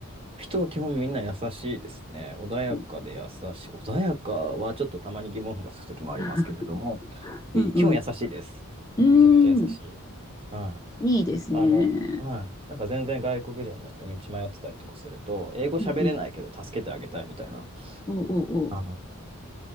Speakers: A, on the right; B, on the left.
A: 人は基本みんな優しいですね。穏やかで優しい。
B: うん。
A: 穏やかはちょっとたまに疑問符がつくときもありますけれども、
B: <laughs> うん、
A: い基本優しいです。
B: うん。うーん、
A: めちゃくちゃ優しい。はい。
B: いいですね。
A: あの、はい。なんか全然外国人の人道迷ってたりとかすると、英語喋れないけど助けてあげたいみたいな。
B: うんうん。おうおうおう。
A: あの、